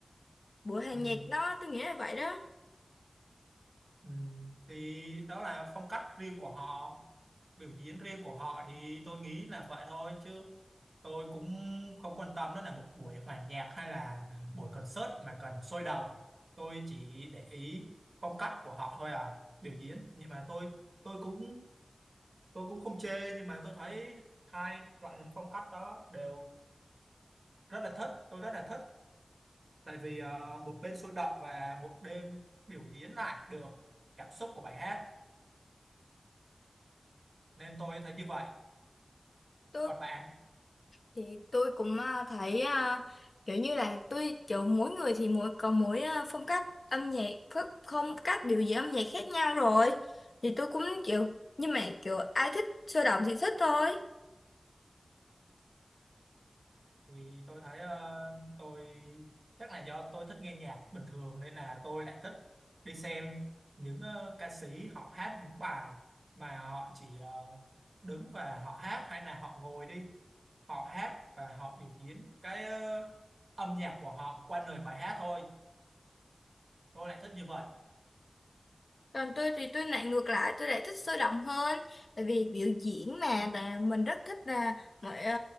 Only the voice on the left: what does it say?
buổi hòa
nhạc nó tôi nghĩ là vậy đó
tôi
thì tôi cũng à, thấy à, kiểu như là tôi kiểu mỗi người thì mỗi có mỗi à, phong cách âm nhạc ph- phong cách biểu diễn âm nhạc khác nhau rồi thì tôi cũng kiểu nhưng mà kiểu ai thích sôi động thì thích thôi
còn tôi thì tôi lại ngược lại tôi lại thích sôi động hơn tại vì biểu diễn mà là mình rất thích là mọi ờ,